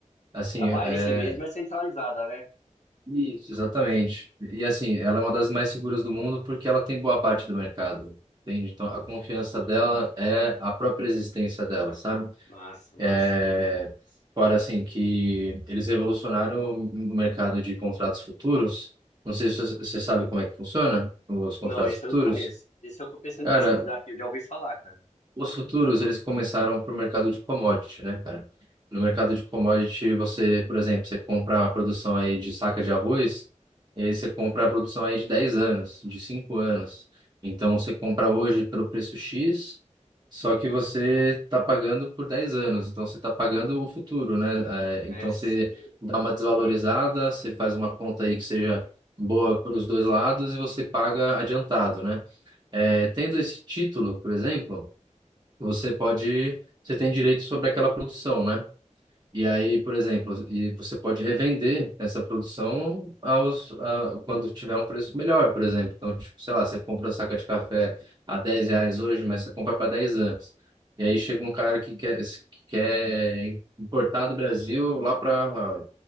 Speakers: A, on the right; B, on the left.
A: Assim,
B: A Binance
A: é,
B: mesmo é centralizada, né?
A: Isso, exatamente. E assim, ela é uma das mais seguras do mundo porque ela tem boa parte do mercado. Entende? Então, a confiança dela é a própria existência dela, sabe?
B: Massa, massa.
A: é Fora assim que eles revolucionaram o mercado de contratos futuros. Não sei se você sabe como é que funciona os contratos
B: Não, esse
A: futuros.
B: eu não conheço. Esse eu tô pensando
A: Cara,
B: em pesquisar aqui, eu já ouvi falar, cara.
A: os futuros, eles começaram para o mercado de commodity, né, cara? No mercado de commodity, você, por exemplo, você compra a produção aí de saca de arroz, e aí você compra a produção aí de 10 anos, de 5 anos. Então, você compra hoje pelo preço X, só que você está pagando por 10 anos. Então, você está pagando o futuro, né? É,
B: É,
A: então,
B: se-
A: você dá uma desvalorizada, você faz uma conta aí que seja boa para os dois lados e você paga adiantado, né? É, tendo esse título, por exemplo você pode, você tem direito sobre aquela produção, né? E aí, por exemplo, e você pode revender essa produção aos, a- quando tiver um preço melhor, por exemplo. Então, tipo, sei lá, você compra a saca de café a 10 reais hoje, mas você compra para 10 anos. E aí chega um cara que quer, que quer importar do Brasil lá para